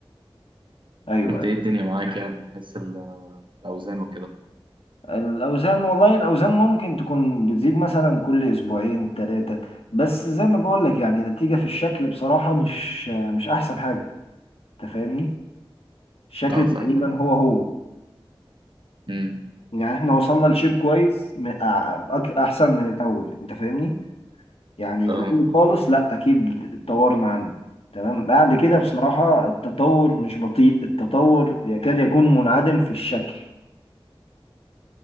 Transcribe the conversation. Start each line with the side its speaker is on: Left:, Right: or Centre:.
Left: ايوه
Right: أنت
Left: ايوه
Right: إيه الدنيا معاك يعني بحس الأوزان وكده
Left: الاوزان والله الاوزان ممكن تكون بتزيد مثلا كل اسبوعين ثلاثه بس زي ما بقول لك يعني النتيجه في الشكل بصراحه مش مش احسن حاجه انت فاهمني الشكل
Right: أه فاهمك
Left: تقريبا هو هو
Right: أمم.
Left: يعني احنا وصلنا لشيب كويس م- أع- أك- احسن من الاول انت فاهمني يعني
Right: أه
Left: الاول خالص لا اكيد اتطورنا عنه تمام بعد كده
Right: آه.
Left: بصراحه التطور مش بطيء التطور يكاد يكون منعدم في الشكل